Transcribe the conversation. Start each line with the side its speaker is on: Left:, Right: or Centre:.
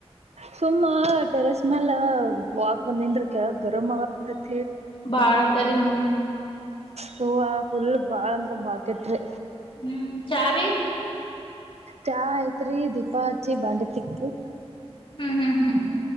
Right: ಸುಮ್ಮ ಟೆರೆಸ್ ಮ್ಯಲ್ಲ ವಾಕ್ ಒಂದ್ಂನ್ರ ಕೆಳ ಗರಮ ಆಗ ಆತ್ತ
Left: ಬಾಳ ಅದಾರಿ ಹಾ
Right: ಹೋ ಫುಲ್ ಬಾಳ ಅಂದ್ರ ಬಾಳ್ ಕಟ್ರೀ
Left: ಹ್ಮ್ ಚಾರಿ
Right: ಚಾ ಐತ್ರಿ ದೀಪಾ ಹಚ್ಚಿ ಬಾಂಡೆ ತಿಕ್ಕಿ
Left: ಹ್ಮ್ ಹ್ಮ್ ಹ್ಮ್